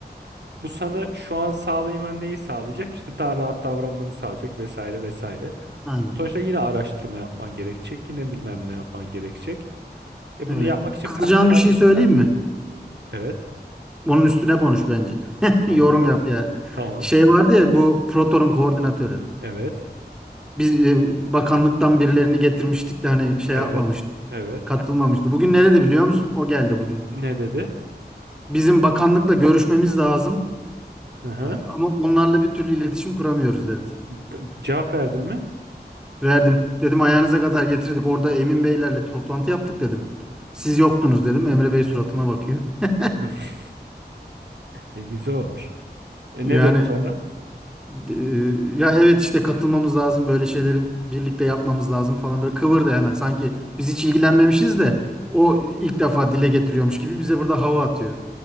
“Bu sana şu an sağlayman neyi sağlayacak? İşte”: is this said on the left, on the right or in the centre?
Right